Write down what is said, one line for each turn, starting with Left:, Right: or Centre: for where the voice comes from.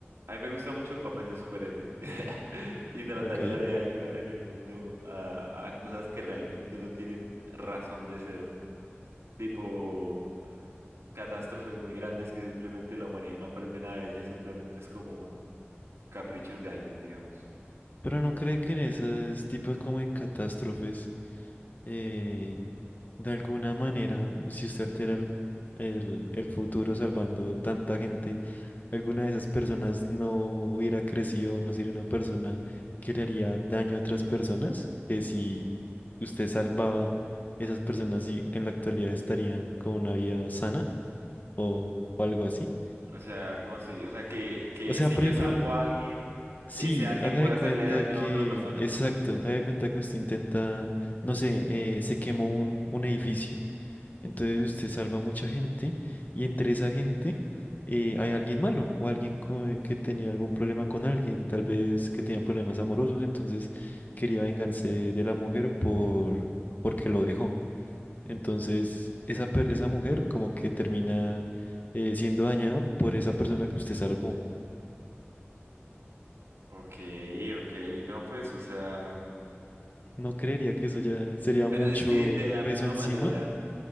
Right: a mí me gusta mucho el papel de superhéroe <laughs> y trataría
Left: ok.
Right: de ayudar en el mundo a, a cosas que realmente no tienen razón de ser, tipo catástrofes muy grandes que simplemente la humanidad no aprende nada de ellas, simplemente es como caprichos de alguien, digamos.
Left: Pero no cree que en esos tipos como de catástrofes eh, De alguna manera, si usted altera el, el- el futuro salvando tanta gente, alguna de esas personas no hubiera crecido, no sería una persona que le haría daño a otras personas, que si usted salvaba esas personas y en la actualidad estarían con una vida sana o, o algo así.
Right: O sea, ¿cómo así? O sea, que, que
Left: O sea,
Right: si
Left: por
Right: yo
Left: ejemplo,
Right: salvo a alguien,
Left: sí,
Right: ese alguien
Left: haga
Right: puede
Left: de cuenta
Right: hacerle daño
Left: que,
Right: a otra persona.
Left: exacto, haga de cuenta que usted intenta, no sé, eh, se quemó un, un edificio. Entonces usted salva a mucha gente y entre esa gente eh, hay alguien malo o alguien co- que tenía algún problema con alguien, tal vez que tenía problemas amorosos, entonces quería vengarse de la mujer por porque lo dejó. Entonces esa, per- esa mujer como que termina eh, siendo dañada por esa persona que usted salvó.
Right: Ok, ok, no, pues, o sea,
Left: No creería que eso ya sería
Right: pero
Left: mucho
Right: es que de la
Left: peso
Right: misma
Left: encima.
Right: manera.